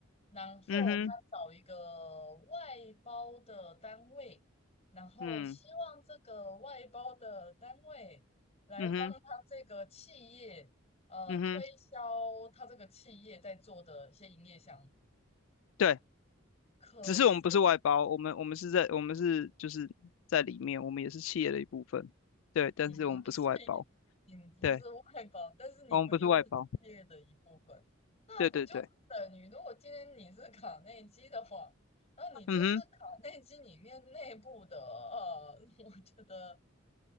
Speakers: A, on the left (about 30°); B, on the left (about 75°).
A: 然后他找一个外包的单位，
B: 嗯哼，
A: 然后希望这个外包的单位来帮他这个企业呃推销他这个企业在做的一些营业项目。
B: 嗯，嗯哼，嗯哼，对，
A: 可。
B: 只是我们不是外包，我们我们是在我们是就是在里面，我们也是企业的一部分，对，但是我们不是外包，
A: 你们是企业，你们不是外包，
B: 对，
A: 但是你们又是企业的一部分，
B: 我们不是外包，
A: 那不就是等于，
B: 对对对，
A: 如果今天你是卡内基的话，那你就是卡内基里面内部的，
B: 嗯哼，
A: 呃，<laughs> 我觉得